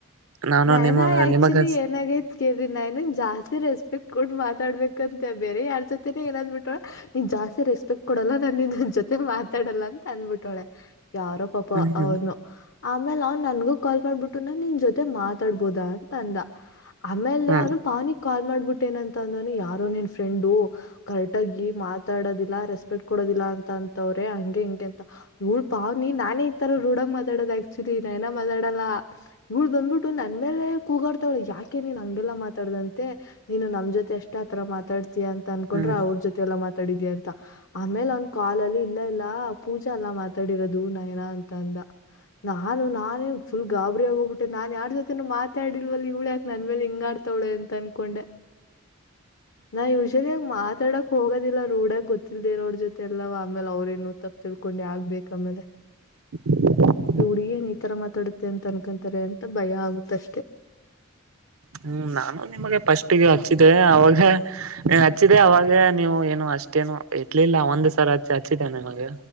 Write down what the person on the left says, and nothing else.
ನ್
ನ ಆಕ್ಚುಲಿ
ಏನಗೈತ್ ಕೇಳರಿ ನನನ್ ಜಾಸ್ತಿ ರೆಸ್ಪೆಕ್ಟ್ ಕೊು ಮಾತಾಡ್ಬೇಕಂತ ಬೇರೆ ಯಾರ್ ಜೊತೆಿನೇ ಏನ ಅಂದ್ಬಿಟ್ಟಳ. ನೀನ್ ಜಾಸ್ತಿ ರೆಸ್ಪೆಕ್ಟ್ ಕೊಡಲ್ಲ ನನ್ನ ಜೊತೆ ಮಾತಾಡಲ್ಲ ಅಂತ ಅಂದ್ಬಿಟ್ಟಳೆ ಯಾರಪ್ಪ. ಪಾಪ
ಅವನು ಆಮೇಲೆ ಅವನು. ನನ್ಗೂ ಕಾಲ್ ಮಾಡ್ಬಿಟ್ಟು ನ ನಿನ್ ಜೊತೆ ಮಾತಾಡ್ಬೋದ ಅಂತ ಅಂದ ಆಮೇಲೆ
ಅವನು ಪಾನಿ. ಕಾಲ್ ಮಾಡ್ಬಿಟ್ಟ ಏನಂತ ಅಂದಾನ ಯಾರೋ ನಿನ್ ಫ್ರೆಂಡು. ಕರೆಟ್ಗಿ ಮಾತಾಡೋದಿಲ್ಲಾ ರೆಸ್ಪೆಕ್ಟ್ ಕೊಡೋದಿಲ್ಲಾ ಅಂತ ಅಂತವ್ರೆ ಹಂಗೆ ಹಿಂಗೆ ಅಂತ. ಹಡ್ಪಾವ್ ನೀ ನಾನೇ ಇತಾರ ರೂಡಕ್ ಮಾತಾಡೋದ ಆಕ್ಚುಲಿ ನೈನ ಮಾತಾಡಲ್ಲ. ಇವಳು ಬಂದ್ಬಿಟ್ಟು ನನ್ ಮೇಲೆ ಕೂಗಾಡ್ತಾವಳೆ ಯಾಕೆ ನೀನ್ ಹಂಗೆಲ್ಲಾ ಮಾತಾಡ್ದಂತೆ. ನೀನ್ ನಮ್ ಜೊತೆ ಎಷ್ಟ್ ಆತರ ಮಾತಾಡ್ತೀಯಂತ. ತಂದಕೊಂಡ್ರೆ
ಅವ್ರ ಜೊತೆ ಎಲ್ಲಾ ಮಾತಾಡಿದಿ ಅಂತ ಆಮೇಲೆ ಅವನ್ ಕಾಲಲ್ಲಿ ಇಲ್ಲ ಇಲ್ಲ. ಪೂಜಾ ಎಲ್ಲಾ ಮಾತಾಡಿರೋದು ನಯನ ಅಂತ ಅಂದ. ನಾನು ನಾನೇ ಫುಲ್ಾಬರಿ ಆಗ ಹೋಗ್ಬಿಟ್ಟೆ ನು ಯಾರ ಜೊತೆೇನು ಮಾತಾಡಿಲ್ವ ಇ್ಳ ಯಾಕೆ ನನ್ನ ಮೇಲೆ ಹಿಂಗ ಆಡ್ತವಳ ಅಂದ. ಕೊಂಡೆ ನಾ ಯುಷದ ಮಾತಾಡ ಹೋಗೋದಿಲ್ಲ ರೂಡಾಗ ಗೊತ್ತಿಲ್ಲದಿರೋ ಅವ್ರ ಜೊತೆ ಎಲ್ಲ ಆಮೇಲೆ ಅವ್ರ ಏನು ತಪ್ಪಪ್ ತಿಳ್ಕೊಂಡ್ ಯಾಗ್ ಬೇಕಕ್ ಆಮೇಲೆ
ಈ ಹುಡುಗಿಯರು ಈ ತರ ಮಾತಾಡ ಅಂತ ಅನ್ಕೊಂತಾರೆ ಅಂತ ಭಯ ಆಗುತ್ತ ಅಷ್ಟೇ.